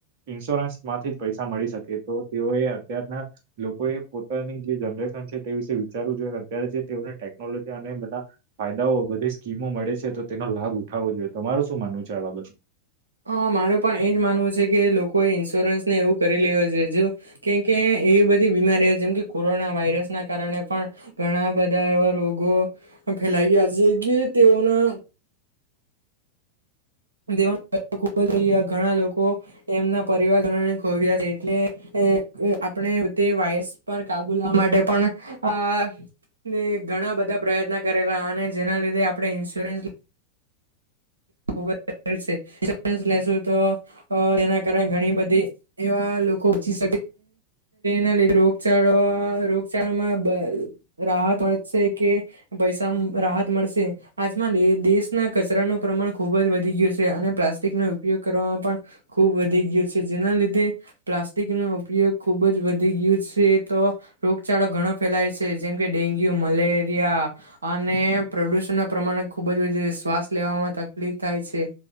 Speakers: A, on the right; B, on the right.
A: ઇન્સ્યોરન્સ માંથી જ પૈસા મળી શકે તો તેઓ એ અત્યારના લોકોએ પોતાની જે જનરેશન છે તે વિશે વિચારવું જોઈએ અને અત્યારે જે તેઓને ટેકનોલોજી અને બધા ફાયદાઓ બધી સ્કીમો મળે છે તો તેનો લાભ ઉઠાવવો જોઈએ. તમારું શું માનવું છે આવા બાબત?
B: હ મારે પણ એજ માનવું છે કે લોકોએ ઇન્સ્યોરન્સ ને એવું કરી લેવ જો જો કેમ કે એવી બધી બીમારીઓ જેમ કે કોરોના વાયરસ ના કારણે પણ ઘણા બધા એવા રોગો ફેલાઇ ગયા જે તેઓના દેવા ખબ ઘણા લોકો એમના પરિવારજનોને ખોવ્યા છે એટલે આપણે તે વાયરસ પર કાબુ લાવા માટે પણ આ ઘણા બધા પ્રયત્ન કરેલા અને જેના લીધે આપણે ઇન્સ્યોરન્સ ખૂબ જ લ તો તેના કારણે ઘણી બધી એવા લોકો છી ના લી રોગચળો રોગચળામાં રાહત વધશે કે પૈસા રાહત મળશે આજમાં દેશના કચરા નુ પ્રમાણ ખુબ જ વધી ગયો છે, અને પ્લાસ્ટિકનો ઉપયોગ કરવામાં પણ ખૂબ વધી ગયો છે જેના લીધે પ્લાસ્ટિક નો ઉપયોગ ખુબ જ વધી ગયો છે, તો રોગચાળો ઘણો ફેલાય છે જેમ કે ડેન્ગ્યુ મલેરિયા અને પ્રદૂષણ ના પ્રમાણે ખુબ જ વધુ શ્વાસ લેવામાં તક લીફ થાય છે